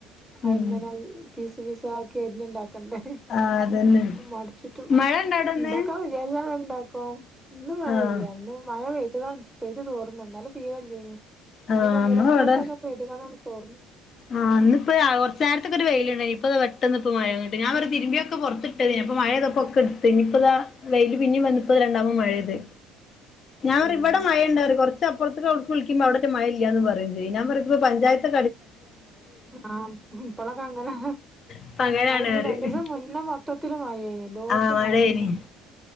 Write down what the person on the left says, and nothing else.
ഉം
ആ അതന്നെ
മഴ ഇണ്ടോ അവിടെന്ന്
ആഹ്
ആഹ്
ഇന്ന്
ഇവിടെ
ആഹ് അന്ന് ഇപ്പോ കൊറ്ച്ചേ രത്തൊക്കെ വെയിലുണ്ടായിനി. ഇപ്പ താ പെട്ടെന്ന് ഇപ്പോ മഴ കിട്ട് ഞാൻ പറ്യ തിരുമ്പിയൊക്കെ പൊറ്ത്ത് ട്ട അപ്പ മഴ ഇതൊപ്പൊ ഒക്കെ ഇടുത്ത്. ഇനിയിപ്പതാ വെയില്ൽ പിന്നിം വന്ന് ഇപ്പോ രണ്ടാവാ മഴയ്ത് ഞാൻ പറി
ഇവടെ മഴയുണ്ടോറിം കൊറച്ചപ്പുറത്ത്. ളിക്ക്പോ അവിടെ മഴ ഇല്ലാന്ന് പറയും. ചെയ്യ ഞാൻഞ്ഞപ്പ പഞ്ചായത്തെ
ഇപ്പ അങ്ങനാണ്
പറയും
ആഹ് മഴേനി